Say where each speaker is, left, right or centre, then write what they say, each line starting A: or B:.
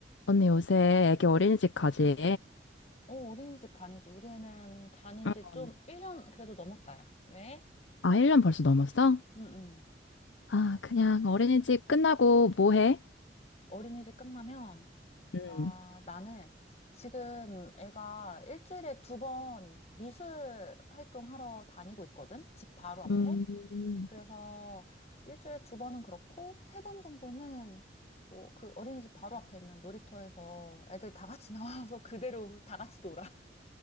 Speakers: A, on the left (about 85°); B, on the left (about 35°).
A: 언니 요새 애기 어린이집 가지?
B: 어, 어린이집 다니지. 우리 애는 다닌
A: 응.
B: 지 좀 1년 그래도 넘었다, 야. 왜?
A: 아, 1년 벌써 넘었어?
B: 응, 응.
A: 아, 그냥 어린이집 끝나고 뭐 해?
B: 어린이집 끝나면,
A: 음.
B: 아, 나는 지금 애가 일주일에 두 번 미술 활동하러 다니고 있거든? 집 바로 앞에?
A: 음,
B: 그래서 일주일에 두 번은 그렇고, 세 번 정도는 뭐 그 어린이집 바로 앞에 있는 놀이터에서 애들 다 같이 <laughs> 나와서 그대로 다 같이 놀아.